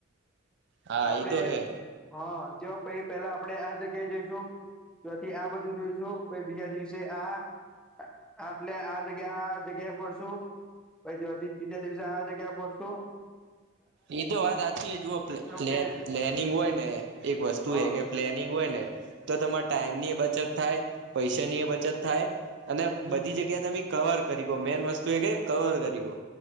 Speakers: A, on the right; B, in the centre.
A: હા
B: આપડે
A: ઈ તો હે
B: હા ચ પ પેલા આપણેે આ જગ્યાએ જઈશું તોથી આ બધું જોઈશું કેઈ બીજા દિવસે આ આટલે આ જગ્યા આ જગ્યા ફર શું પવાથી ત્રીજા દિવસે આ જગ્યા ફરશુ
A: એ તો વાત સાચી જુઓ
B: કે
A: પ્લેનિંગ હોય ને એક વસ્તુ
B: હા
A: એ કે પ્લેનિંગ હોય ને તો તમારે ટાઈમ ની બચત થાય પૈસાની એ બચત થાય અને
B: હમ
A: બધી જગ્યા તમે કવર કરી ગો મેન વસ્તુ એ કે કવર કરી ગો